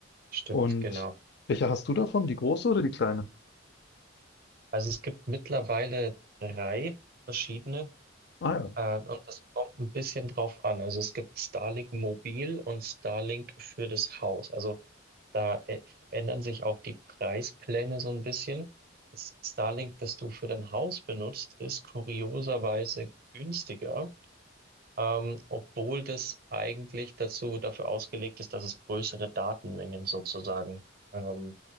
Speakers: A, on the right; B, on the left.
A: stimmt,
B: Und
A: genau.
B: welche hast du davon? Die große oder die kleine?
A: Also es gibt mittlerweile drei verschiedene
B: Ah ja.
A: äh, und das kommt ein bisschen drauf an. Also es gibt Starlink Mobil und Starlink für das Haus. Also da ä- ändern sich auch die Preispläne so ein bisschen. Das Starlink, das du für dein Haus benutzt, ist kurioserweise günstiger ähm, obwohl das eigentlich dazu dafür ausgelegt ist, dass es größere Datenmengen sozusagen ähm,